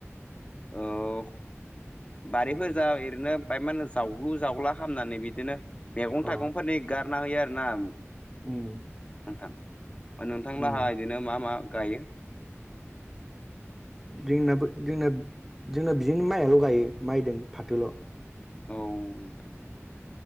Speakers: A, on the left; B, in the centre.
A: औ बारिफोरजा ओरैनो बाय मान जावग्लु जावला खालामामनानै बिदिनो मैगं
B: अ
A: थाइगंफोरनि गार ना होयो आरो ना नोंथां
B: उम
A: अ नोंथांलाहा
B: उम
A: बिदिनो मा मा गायो
B: जोंनाबो जोंना जोंना बिदिनो माइयाल' गायो माइदों फाथोल'
A: औ